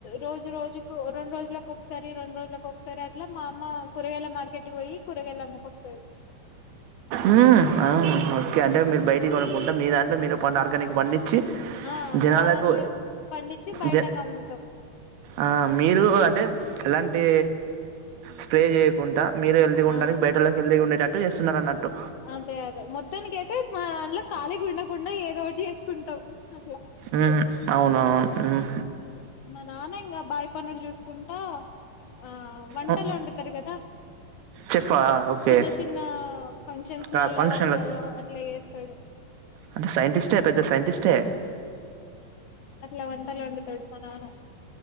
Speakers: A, on the left; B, on the right.
A: రోజు రోజుకు రెండు రోజులకు ఒకసారి రెండు రోజుల. లకు ఒకసారి అట్ల మా అమ్మ కూరగాయల మార్కెట్ కీ పోయి కూరగాయల అమ్ముకో వస్తంది
B: ఉమ్ ఆ ఓకే అంటే మీరు బయటి కొనుక్కుంటే మీ దాంట్లో మీరు ప ఆర్గానిక్ పండి చి
A: ఆ
B: జనాలకు
A: మా దానిలో పండించి బయటకు
B: జ
A: అమ్ముతాం
B: ఆ మీరు అంటే ఎలాంటి స్ప్రే చేయకుండా మీరు హెల్దిగా ఉండడానికి
A: ఆ
B: బయటలోకి హెల్దిగా ఉండేటట్టు చేస్తున్నారు అన్నట్టు
A: అదే అదే మొత్తానికి అయితే మా దాంట్లో ఖాళీగా ఉండకుండా ఏదో ఒకటి చేసుకుంటాం అట్లా
B: ఉమ్ అవునవును ఉమ్
A: మా నాన్న ఇంకా బావి పనులు చూసుకుంటా ఆ వంటలు
B: ఓ
A: వండుతారు కదా
B: చెఫా? ఓకే.
A: చిన్న చిన్న ఫంక్షన్స్
B: ఆ!
A: లలో
B: ఫంక్షన్‌లకు.
A: వాటిలలో అట్లా చేస్తాడు
B: అంటే సైంటిస్టే పెద్ద సైంటిస్టే
A: అట్లా వంటలు వండుతాడు మా నాన్న